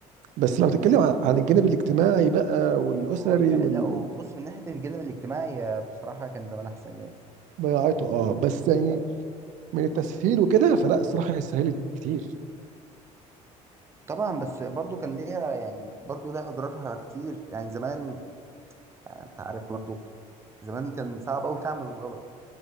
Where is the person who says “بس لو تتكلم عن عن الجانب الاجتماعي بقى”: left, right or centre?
Right